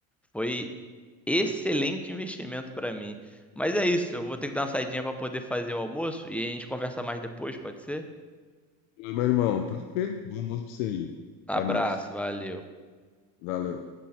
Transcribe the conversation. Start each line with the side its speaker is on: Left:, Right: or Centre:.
Centre: foi Excelente investimento para mim. Mas é isso, eu vou ter que dar uma saidinha para poder fazer o almoço e a gente conversa mais depois, pode ser?
Left: Meu irmão, tranquilo? Bom almoço pra você aí.
Centre: Abraço,
Left: Até mais.
Centre: valeu.
Left: Valeu.